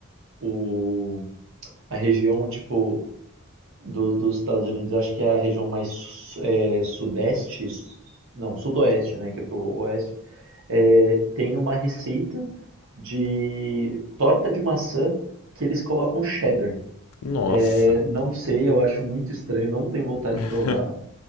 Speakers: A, on the right; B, on the left.
A: o, a região tipo do- dos Estados Unidos, eu acho que é a região mais su- é, sudeste, s- não, sudoeste, né, que é pro oeste, é, tem uma receita de torta de maçã que eles colocam cheddar.
B: <laughs> Nossa.
A: É, não sei, eu acho muito estranho, não tenho vontade
B: <laughs>
A: de provar,